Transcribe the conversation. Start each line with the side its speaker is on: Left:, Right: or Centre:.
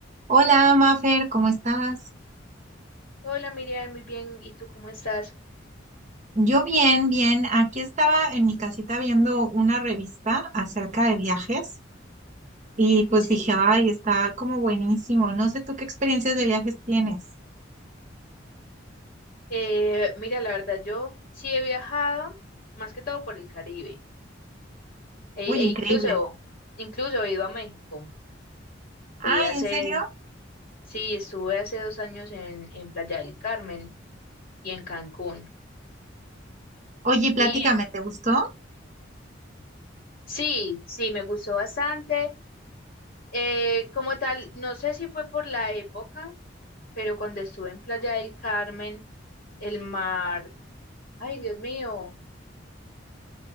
Right: Hola, Mafer, ¿cómo estás?
Left: Hola Miriam, muy bien. ¿Y tú cómo estás?
Right: Yo bien, bien. Aquí estaba en mi casita viendo una revista acerca de viajes y pues
Left: Sí.
Right: dije, ay, está como buenísimo. No sé tú qué experiencias de viajes tienes.
Left: Eh, mira, la verdad, yo sí he viajado, más que todo por el Caribe. E,
Right: Uy, increíble.
Left: e incluso, incluso he ido a México.
Right: Ay,
Left: Fui hace,
Right: ¿en serio?
Left: sí, estuve hace dos años en, en Playa del Carmen y en Cancún.
Right: Oye,
Left: Y
Right: platícame, ¿te gustó?
Left: sí, sí, me gustó bastante. Eh, como tal, no sé si fue por la época, pero cuando estuve en Playa del Carmen, el mar, ay Dios mío.